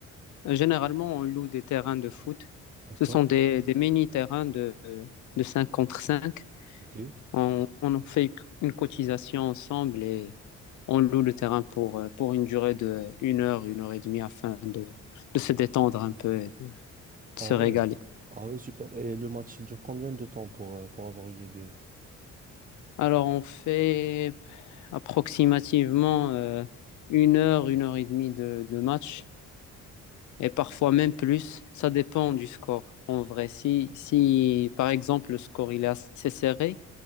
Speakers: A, on the left; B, on the right.
A: Euh, Généralement, on loue des terrains de foot.
B: D'accord?
A: Ce sont des, des mini-terrains de, de 5 contre 5.
B: Ok.
A: On, on en fait une cotisation ensemble et on loue le terrain pour, euh, pour une durée de une heure, une heure et demie afin de, de se détendre un peu et de, de
B: Ah
A: se régaler.
B: ouais. Ah ouais, super. Et le match, il dure combien de temps pour, euh, pour avoir une idée?
A: Alors, on fait approximativement euh, une heure, une heure et demie de, de match et parfois même plus. Ça dépend du score. En vrai, si, si par exemple le score il est assez serré,